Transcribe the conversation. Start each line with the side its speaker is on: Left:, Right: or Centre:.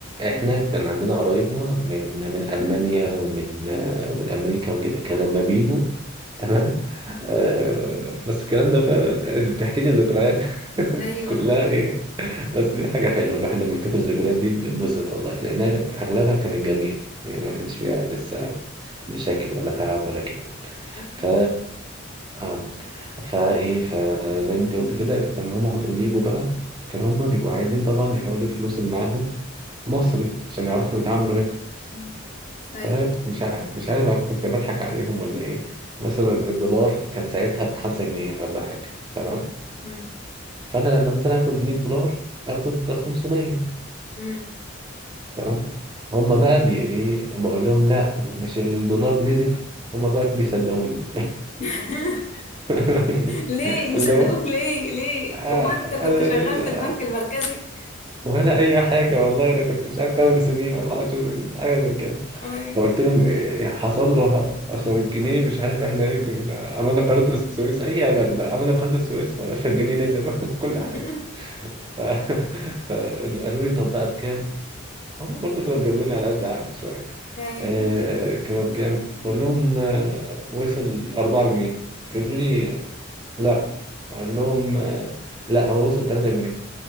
Right: احنا كان عندنا قرايبنا من من المانيا ومن آه، ومن امريكا وكده كان لما بيجوا تمام آه، بس الكلام ده فعلا يعني انت بتحكي لي ذكريات
Left: ايوه
Right: <laughs> كلها ايه بس دي حاجه حلوه الواحد لما يفتكر الذكريات دي بيتبسط والله لانها اغلبها كانت جميله يعني
Left: مم.
Right: ما كانش فيها لسه مشاكل ولا تعب ولا كده
Left: أكيد.
Right: ف اه فايه فزي ما انت قلت كده لما هما كانوا بيجوا بقى كانوا هما بيبقوا عايزين طبعا يحولوا الفلوس اللي معاهم مصري عشان يعرفوا يتعاملوا هنا
Left: مم. ايوه
Right: فمش عارف مش عارف انا كنت بضحك عليهم ولا ايه مثلا الدولار كان ساعتها بخمسة جنيه ولا حاجة تمام
Left: مم. مم.
Right: فانا لما مثلا اخد 100 دولار هاخده ب 500
Left: مم.
Right: تمام هما بقى بي ايه بقول لهم لا مش الدولار نزل هما بقى بيصدقوني
Left: <laughs>
Right: <laughs>
Left: ليه
Right: اللي
Left: يصدقوك
Right: هو
Left: ليه ليه
Right: آه،
Left: هو انت
Right: آه،
Left: كنت شغال في البنك
Right: آه،
Left: المركزي
Right: ولا اي حاجه والله انا كنت مش عارف 8 سنين ولا 10 سنين حاجه زي كده
Left: ايوه
Right: فقلت لهم إيه حصل له ه- اصل الجنيه مش عارف احنا ايه كنا عملنا قناه السويس اي ابدا عملنا قناه السويس ف- فالجنيه نزل <laughs> كل
Left: <laughs>
Right: حاجه ف... <laughs> فقالوا لي طب بقى بكام؟ هم برضه كانوا بياخدوني على قد عقلي شويه
Left: ايوه
Right: آه كانوا بكام؟ قول لهم آه، وصل 4 جنيه قالوا لي لا اقول لهم آه، لا هو وصل 3 جنيه